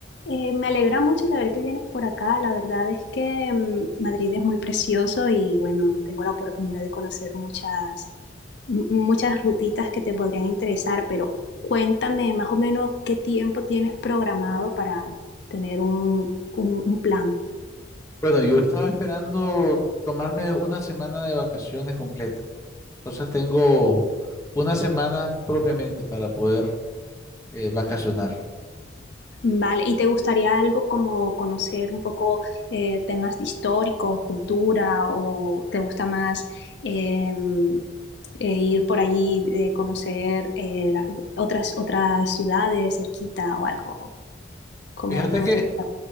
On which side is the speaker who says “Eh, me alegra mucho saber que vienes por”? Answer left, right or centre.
Left